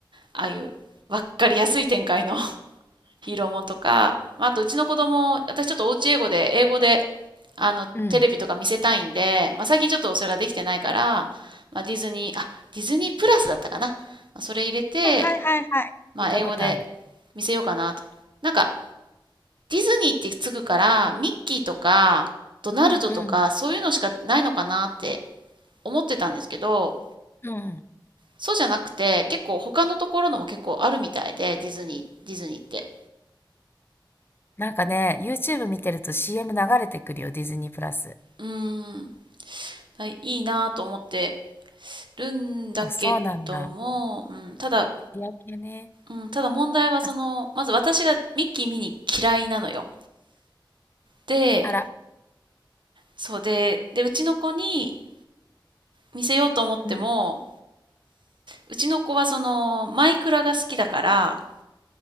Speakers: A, on the right; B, on the left.
A: ああいう、わっかりやすい展開の <laughs> ヒーローもんとか、まあ、あとうちの子供、私ちょっとおうち英語で、英語で、あの、
B: うん。
A: テレビとか見せたいんで、まあ、最近ちょっとそれができてないから、まあ、ディズニー、あ、ディズニープラスだったかな。まあ、それ入れて、
B: はいはいはいはい。
A: まあ、
B: 聞いたことある。
A: 英語で見せようかなと。なんか、ディズニーってつくから、ミッキーとか、ドナルドとか、
B: うんうん。
A: そういうのしかないのかなって思ってたんですけど、
B: うん。
A: そうじゃなくて、結構他のところのも結構あるみたいで、ディズニー、ディズニーって。
B: なんかね、YouTube 見てると CM 流れてくるよ、ディズニープラス。
A: うーん、はい、いいなぁと思ってるんだけども、
B: あ、そうなんだ。
A: うん、ただ、
B: メディア系ね。
A: うん、ただ問題はその、
B: あ、
A: まず私がミッキー見に嫌いなのよ。で、
B: あら、
A: そうで、で、うちの子に見せようと思っても、
B: うん。
A: うちの子はその、マイクラが好きだから、